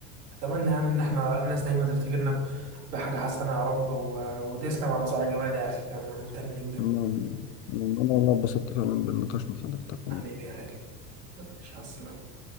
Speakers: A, on the right; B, on the left.
A: أتمنى يعني إن إحنا الناس دايما تفتكرنا ب- بحاجة حسنة يا رب و... وتسلم على النصائح الجميلة دي يا أخي يعني أنا ممتن ليك بجد
B: أنا أنا والله اتبسطت فعلا بالنقاش مع حضرتك والله
A: حبيبي يا غالي ماشي، على السلامة